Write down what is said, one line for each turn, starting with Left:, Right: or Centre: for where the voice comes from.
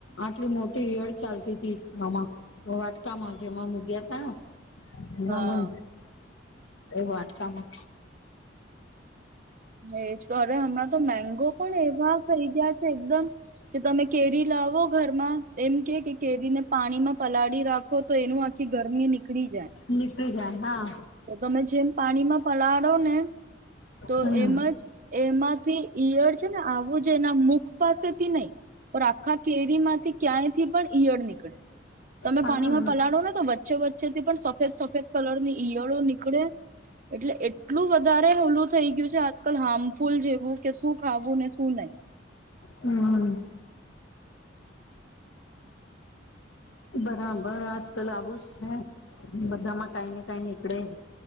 Left: આટલી મોટી ઈયળ ચાલતી તી આમાં, વાટકામાં જેમાં મુગયા તા ને બ્રાહ્મન
Right: હા
Left: એ વાટકામાં...
Right: હા એ જ તારે હમણાં તો મેંગો પણ એવા થઈ ગયા છે એકદમ કે, તમે કેરી લાવો ઘરમાં એમ કે કે કેરીને... પાણીમાં. પલાળી રાખો તો એનું આખી ગરમી નીકળી જાય.
Left: નીકળી જાય હા.
Right: તો તમે જેમ પાણીમાં પલાળો ને તો
Left: હમ
Right: એમ જ એમાંથી ઈયળ છે ને આવું જ એના મુખ પાસેથી નહી પણ આખા કેરી માંથી ક્યાંય થી પણ ઈયળ નીકળે. કળે. તમે
Left: હમ
Right: પાણીમાં પલાળો ને તો વચ્ચે વચ્ચે થી પણ સફેદ સફેદ કલર ની... ઈયળો નીકળે. એટલે એટલું વધારે હુલું થઈ ગયું છે આજકાલ હાર્મફુલ જેવું કે શું ખાવું ને શું નહી.
Left: હમ. બરાબર આજ કલ આવું જ સે, બધામાં કાઈ ને કાઈ. કળે